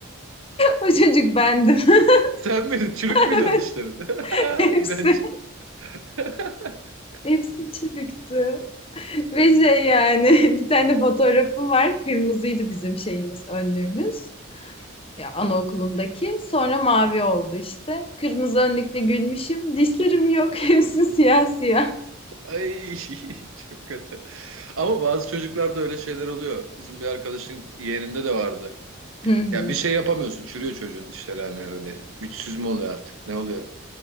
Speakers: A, on the left (about 25°); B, on the right (about 80°).
A: o çocuk bendim. <laughs>
B: <laughs> Sen miydin? Çürük müydü
A: Evet,
B: ön dişlerin? <laughs>
A: hepsi,
B: İğrenç. <laughs>
A: hepsi çürüktü. Ve şey yani <laughs> bir tane fotoğrafım var. Kırmızıydı bizim şeyimiz, önlüğümüz. Ya anaokulundaki. Sonra mavi oldu işte. Kırmızı önlükle gülmüşüm. Dişlerim yok. <laughs> Hepsi siyah siyah.
B: Ay çok kötü. Ama bazı çocuklarda öyle şeyler oluyor. Bizim bir arkadaşın yeğeninde de vardı.
A: Hı hı.
B: Ya bir şey yapamıyorsun. Çürüyor çocuğun dişleri hani öyle. Güçsüz mü oluyor artık? Ne oluyor?